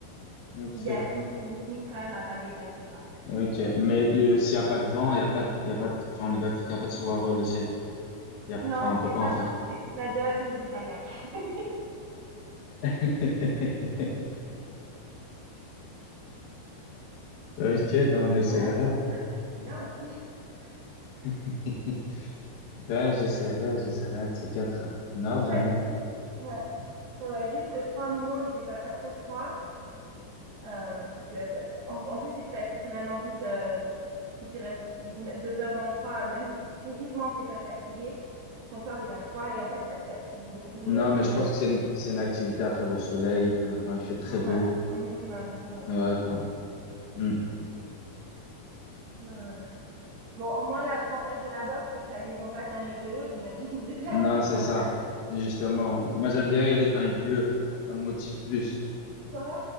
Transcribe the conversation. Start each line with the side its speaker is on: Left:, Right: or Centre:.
Left: Ok,
Right: Il y a une limite quand même à pas dépasser, quoi.
Left: ok. Mais euh, s'il n'y a pas de vent, il y a pas, de- il y a pas, de- enfin, on est d'accord qu'il n'y a pas de survol aussi. hein. Il y a,
Right: Non,
Left: enfin, on peut
Right: s'il n'y
Left: pas
Right: a pas
Left: en
Right: de
Left: faire.
Right: vent, tu fais du paddle ou du kayak. <laughs>
Left: <laughs> Ok, ben on essaiera.
Right: Ah non, non, la nage, c'est bien aussi. <laughs>
Left: <laughs> Ben j'essaierai, j'essaierai un de ces quatre. hein. Non, vraiment.
Right: Paddle. Ouais. Ouais, ouais, juste euh, prends un moment où il fait pas trop froid, euh, parce que ça- en, en plus tu te fatigues vraiment vite euh, si tu restes m- deux heures dans le froid, euh, même si physiquement t'es pas fatigué, ton corps il a froid et en fait ça te fatigue beaucoup
Left: Non,
Right: euh,
Left: mais
Right: quand
Left: je
Right: même.
Left: pense que c'est une, c'est une activité à faire au soleil, enfin, quand il fait très
Right: Ouais,
Left: beau.
Right: un minimum. Ouais,
Left: Ouais, quoi. Mm.
Right: ouais, ouais, ouais. Bon, au moins l'avantage de la boxe c'est que ça dépend pas de la météo, j'imagine. <laughs> Déjà
Left: Non,
Right: c'est
Left: c'est
Right: pas
Left: ça.
Right: mal.
Left: Justement, moi j'aime bien y aller quand il pleut. Ça me motive plus.
Right: Quoi